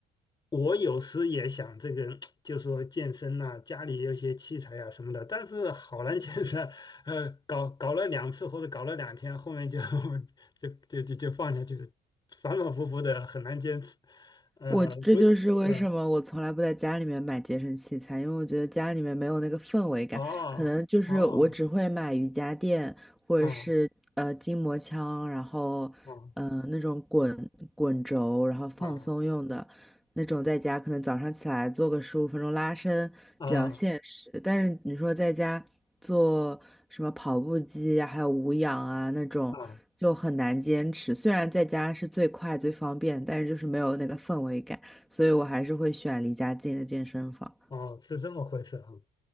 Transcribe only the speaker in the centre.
我这就是为什么我从来不在家里面买健身器材，
因为我觉得家里面没有那个氛围感，
可能就是我只会买瑜伽垫或者是呃筋膜枪，
然后呃那种滚滚轴，
然后放松用的。
那种在家可能早上起来做个十五分钟拉伸比较现实，
但是你说在家做什么跑步机呀，还有无氧啊那种就很难坚持。
虽然在家是最快最方便，但是就是没有那个氛围感，所以我还是会选离家近的健身房。